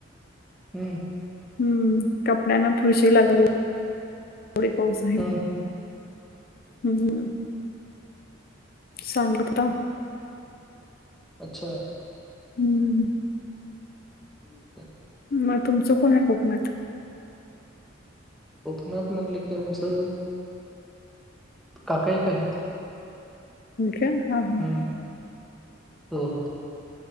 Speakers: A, in the centre; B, on the left (about 50°).
A: हम्म
B: हम्म कपड्यांना फुरशी लागली थोडी पाऊस आहे
A: हम्म
B: मी
A: हम्म
B: हम्म हम्म संांगत
A: अच्छा
B: हम्म
A: ह
B: मग तुमचं कोण आहे कोकणात
A: कोकणात म्हटलं की आमचं काकायक आहेत
B: क हा हा
A: हम्म हो हो